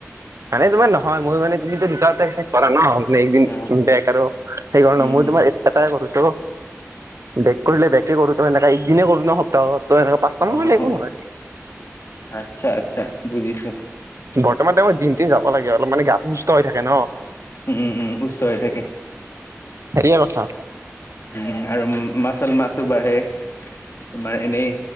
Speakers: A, on the right; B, on the left.
A: মানে তোমাৰ নহয় মই মানে তুমিটো দুটা দুটা এক্সাৰচাইজ কৰা ন' মানে এদিন
B: অ
A: বেক আৰু সেইকাৰণে
B: উম
A: মই
B: হম
A: তোমাৰ এটাই কৰিছো বেক কৰিলে বেকে কৰো সেনেকে একদিনে কৰো ন সপ্তাহত তই এনেকে পাঁচটা মান
B: অ
A: কৰিলে একো
B: অ
A: নহয়
B: আচ্ছা আচ্ছা বুজিছো
A: বৰ্তমান সময়ত জিম টিম যাব লাগে অলপ মানে গাটো সুস্থ হৈ থাকে ন
B: উম উম সুস্থ হৈ থাকে
A: সেইয়ে কথা
B: উম আৰু মাৰ্চল মাৰ্চো বাঢ়ে বা এনেই